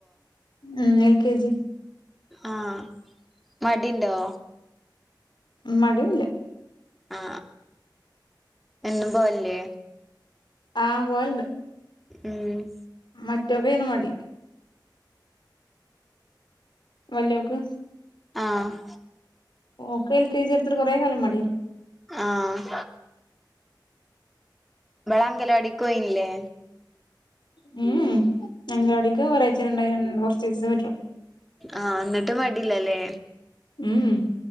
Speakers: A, on the left; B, in the centre.
A: ഉം എൽ കെ ജി
B: ആഹ മടിണ്ടോ
A: മടിയൊന്നുല്ല
B: ആ എന്നും പോവല്ലേ
A: ആ പോവൽണ്ട്
B: ഉം
A: മറ്റോക്കെനു മടി വല്ലോക്ക്
B: ആഹ്
A: ഓക്ക് എൽ കെ ജി എടുത്തിട്ട് കൊറേ കാലം മടി
B: ആഹ് ഇവൾ അങ്കലാടിക്കോയില്ലേ
A: മ് മ് അംഗനവാടിക്ക് ഒരാഴ്ചേ രണ്ടായിരം രണ്ട് കുർചിസം പോയിട്ടൊള്ളൂ
B: ആഹ് ന്നിട്ട് മടില്ലാലേ
A: ഉം